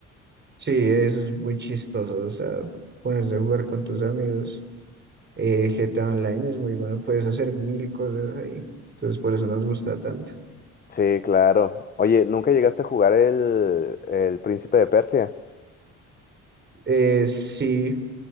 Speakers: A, on the right (about 35°); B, on the left (about 30°).
A: Sí, eso es muy chistoso. O sea, ponerse a jugar con tus amigos. Eh, GTA Online es muy bueno. Puedes hacer mil cosas ahí. Entonces, por eso nos gusta tanto.
B: Sí, claro. Oye, ¿nunca llegaste a jugar el, el Príncipe de Persia?
A: Eh, sí,